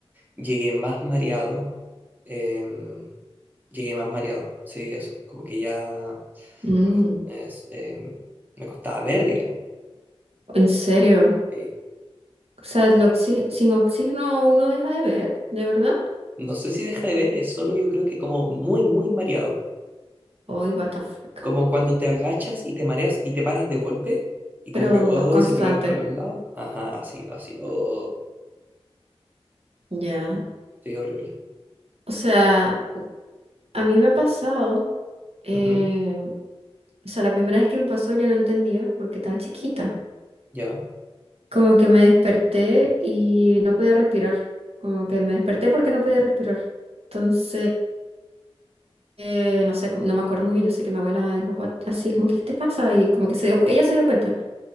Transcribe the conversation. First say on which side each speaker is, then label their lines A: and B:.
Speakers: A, on the right (about 15°); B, on the right (about 75°).
A: llegué más mareado, em, llegué más mareado, sí, eso, como que ya
B: Mm,
A: me, cos- es, em, me costaba ver, digamos.
B: ¿en serio?
A: eh,
B: O sea, el oxi- sin oxígeno uno deja de ver, ¿de verdad?
A: no sé si deja de ver, es solo yo creo que como muy, muy mareado,
B: Ay, what the fuck.
A: como cuando te agachas y te mareas y te paras de golpe y como
B: Pero
A: que, oh,
B: constante.
A: se te va a ir para los lados, ajá, así, así, oh,
B: Ya.
A: sí, horrible.
B: O sea... A mí me ha pasado, eh,
A: Ujú,
B: o sea, la primera vez que me pasó yo no entendía porque estaba chiquita.
A: ya,
B: Como que me desperté y no podía respirar. Como que me desperté porque no podía respirar. Entonces, eh, no sé, como- no me acuerdo muy bien. Yo sé que mi abuela dijo, "What?", así como que, ¿qué te pasa? Y como que se dio, ella se dio cuenta.